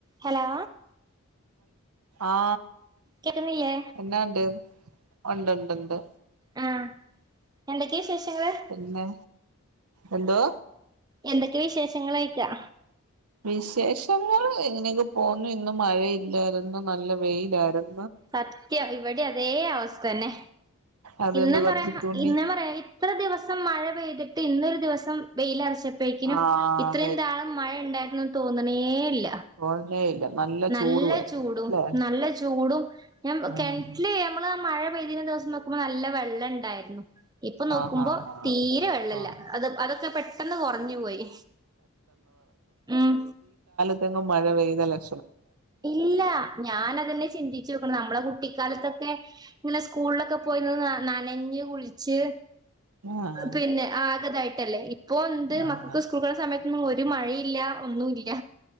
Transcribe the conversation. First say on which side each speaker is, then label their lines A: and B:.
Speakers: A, on the right; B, on the right.
A: Hello
B: ആ
A: കേക്കുന്നില്ലേ
B: എന്നാണ്ട് ഉണ്ട് ഉണ്ട് ഉണ്ട്
A: ആ എന്തൊക്കെയാ വിശേഷങ്ങള്
B: പിന്നെ എന്തോ
A: എന്തൊക്കെ വിശേഷങ്ങളോയിക്കാ
B: വിശേഷങ്ങൾ എങ്ങനെയൊക്കെ പോന്നുന്നു ഇന്ന് മഴയില്ലായിരുന്നു നല്ല വെയിലായിരുന്നു
A: സത്യം ഇവിടെ അതേ അവസ്ഥ തന്നെ
B: അതുകൊണ്ട്
A: ഇന്ന
B: കൊറച്ച്
A: പറയാ
B: തുണി
A: ഇന്ന പറയാ ഇത്ര ദിവസം ദിവസം മഴ പെയ്തിട്ട് ഇന്നൊരു ദിവം വെയിലറച്ച പ്പേക്കിനും
B: ആഹ്
A: ഇത്രയും നാളുംമഴ ഉണ്ടായിരുന്നു തോന്നണേല്ല
B: തോന്നണേ ഇല്ല
A: നല്ല
B: ചൂടുവായിരുന്നു
A: ചൂടും
B: അല്ലേ
A: നല്ല ചൂടും ഞ
B: ഉം
A: കിണറ്റില്്യ നമ്മള് ആ മഴ പെയ്തിന ദിവസം നോക്കുമ്പോ നല്ല വെള്ളം ഇണ്ടായിരുന്നു ഇപ്പൊ നോക്കുമ്പോ
B: ആഹ് ആഹ് ആഹ്
A: തീരെ വെള്ളല്ല
B: ആഹ്
A: അത് അതൊക്കെ പെട്ടെന്ന് കുറഞ്ഞ പോയി ഉം
B: ത്തങ്ങും മഴ പെയ്തലക്ഷ
A: ഇല്ല ഞാനതെന്നെ ചിന്തി ച്ചു നമ്മടെ കുട്ടിക്കാലത്തൊക്കെ ഇങ്ങനെ സ്കൂളിലൊക്കെ പോയി നനഞ്ഞ് കുളിച്ച്
B: ആഹ്
A: പിന്നെ ആഗതായിട്ടല്ലേ ഇപ്പൊ എന്ത്
B: ആഹ്
A: മക്കൾക്ക് സ്കൂൾ സമയത്ത് ഒരു മഴയില്ല ഒന്നുംല്ല